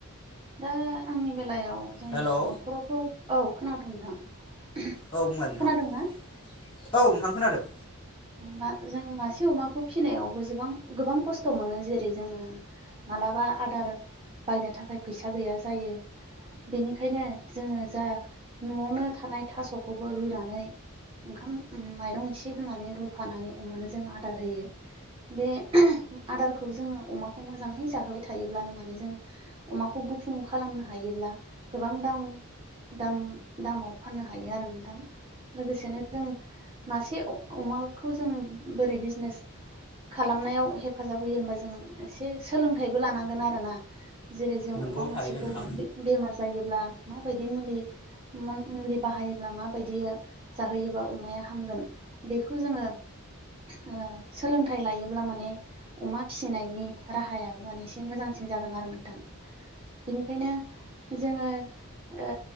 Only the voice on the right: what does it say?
दा आंनि बेलायाव जों
न'खरावथ' औ खोनादोंं नोंथां
खोनादोंना
मा जों मासे अमाखौ फिसिनायावबोबां गोबां खस्थ' मोनो जेरै जोङो। मालाबा आदार बायनो थाखाय फैसा गैया जायो। बेनिखायनो जोङो जा न'आवनो थानाय थास'खौबो रुनानै ओंखाम माइरं एसे होनानै रुफानानै अमानो जों आदार होयो। बे आदारखौ जोङो अमाखौ मोजाङै जाहोबाय थायोब्लानो माने जों अमाखौ गुफुं खालामनो हायोब्ला गोबां दा दाम दामाव फाननो हायो आरो नोंथां लोगोसेनो जों मासे अ अमाखौ जों बोरै बिजनेस खालामनायाव हेफाजाब होयो होनबा जों एसे सोलोंथाइबो लानांगोन आरोना। जेरै जों
अमा मासेखौ
बे बेमार जायोब्ला माबायदि मुलि मुलि बाहायोब्ला माबायदि जाहोयोबा अमाया हामगोन बेखौ जोङो ओ सोलोंथाइ लायोब्ला माने अमा फिसिनायनि राहायाबो माने एसे मोजांस सिन जागोन आरो नोंथां। बिनिखायनो जोङो ओ